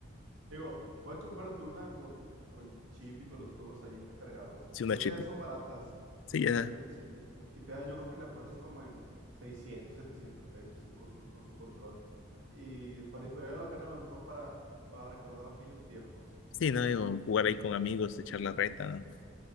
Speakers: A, on the right; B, on the left.
A: Digo, puedes comprarte una con, con chip y con los juegos ahí cargados.
B: Sí, una
A: Ahorita
B: chiste.
A: ya son baratas.
B: Sí,
A: Sí,
B: ya,
A: están chip, chipeadas. Yo creo que la encuentras como en 600, 700 pesos tú con su, con su control. Y pare- valdría la pena a lo mejor para, para recordar aquellos tiempos.
B: sí, no, Digo, jugar ahí con amigos, echar la reta,